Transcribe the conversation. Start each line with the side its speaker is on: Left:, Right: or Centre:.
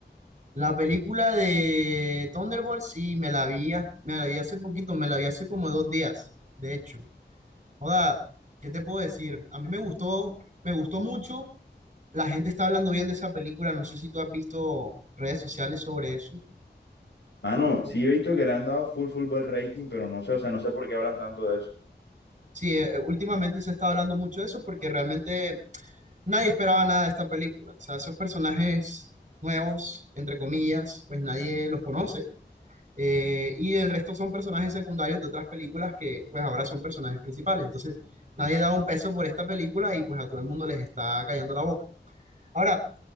Right: La película de Thunderbolt, sí, me la vi, ha- me la vi hace poquito, me la vi hace como dos días, de hecho. Joda, ¿qué te puedo decir? A mí me gustó, me gustó mucho. La gente está hablando bien de esa película. No sé si tú has visto redes sociales sobre eso
Left: Mano,
Right: un poco.
Left: sí he visto que le han dado full full buen rating, pero no sé, o sea, no sé por qué hablan tanto de eso.
Right: Sí, eh, últimamente se está hablando mucho de eso porque realmente Nadie esperaba nada de esta película. O sea, esos personajes nuevos, entre comillas, pues nadie los conoce. Eh, y el resto son personajes secundarios de otras películas que pues ahora son personajes principales. Entonces, nadie da un peso por esta película y pues a todo el mundo les está cayendo la boca. Ahora,